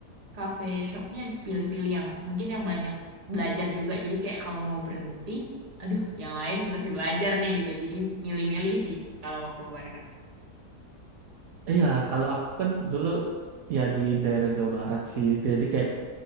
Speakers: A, on the right; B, on the right.
A: cafe shopnya pilih-pilih yang mungkin yang banyak belajar juga. Jadi kayak kalau mau berhenti, aduh yang lain masih belajar nih gitu. Jadi milih-milih sih kalau mau keluar Kak.
B: iya kalau aku kan dulu ya di daerah Jawa Barat sih jadi kayak